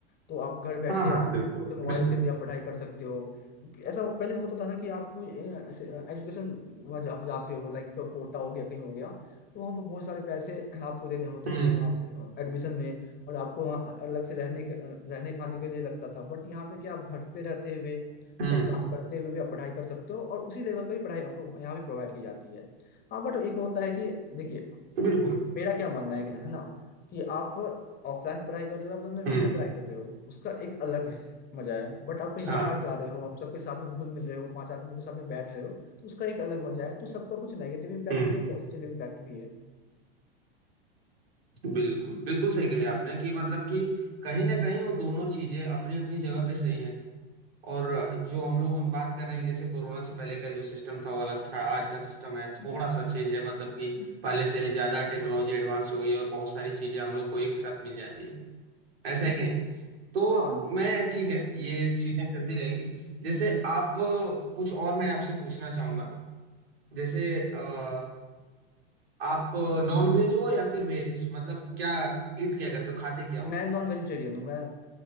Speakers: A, on the left (about 30°); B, on the right (about 80°).
A: तो आप घर बैठे
B: हाँ हाँ
A: अपने
B: बिल्कुल
A: छोटे मोबाइल
B: बिल्कुल
A: से भी आप पढ़ाई कर सकते हो ऐसा पहले होता था ना कि आप कोई एजुकेशन वहाँ जा, जाते हो लाइक कोटा हो गया कहीं हो गया तो वहाँ पर बहुत सारे पैसे आपको देने होते
B: हम्म
A: थे वहाँ पे एडमिशन में और आपको वहाँ अलग से रहने के रहने खाने के लिए लगता था बट यहाँ पे क्या आप घर पे रहते हुए
B: हम्म
A: सब काम करते हुए भी आप पढ़ाई कर सकते हो और उसी लेवल की भी पढ़ाई आपको यहाँ पे प्रोवाइड की जाती है हाँ बट एक होता है कि देखिए
B: बिल्कुल
A: मेरा क्या मानना है कि- है ना कि आप ऑफलाइन पढ़ाई कर रहे हो आप अपने रूम
B: हम्म
A: पे पढ़ाई कर रहे हो उसका एक अलग मजा है बट आप कहीं
B: हाँ
A: बाहर जा रहे हो आप सबके साथ में घुल मिल रहे हो पांच आदमी के साथ में बैठ रहे हो तो उसका एक अलग मजा है तो सबका कुछ नेगेटिव इम्पैक्ट
B: हम्म
A: भी है पॉजिटिव इम्पैक्ट भी है
B: बिल्कुल बिल्कुल सही कही आपने कि मतलब कि कहीं ना कहीं वो दोनों चीजें अपनी अपनी जगह पे सही हैं और जो हम लोग उन बात कर रहे हैं जैसे कोरोना से पहले का जो सिस्टम था वो अलग था आज का सिस्टम है थोड़ा सा चेंज है मतलब कि पहले से ज्यादा टेक्नोलॉजी एडवांस हो गई है और बहुत सारी चीजें हम लोग को एक साथ मिल जाती है ऐसा है कि नहीं तो
A: हाँ
B: मैं ठीक है ये चीजें चलती रहेंगी जैसे आप कुछ और मैं आपसे पूछना चाहूंगा जैसे अ, आप नॉन वेज हो या फिर वेज मतलब क्या ईट क्या करते हो खाते क्या
A: मैं
B: हो
A: नॉन वेजिटेरियन हूँ मैं